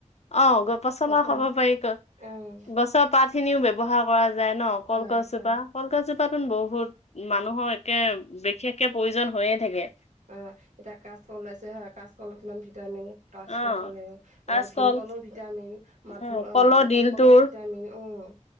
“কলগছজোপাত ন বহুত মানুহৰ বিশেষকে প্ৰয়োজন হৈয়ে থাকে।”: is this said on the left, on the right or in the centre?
Left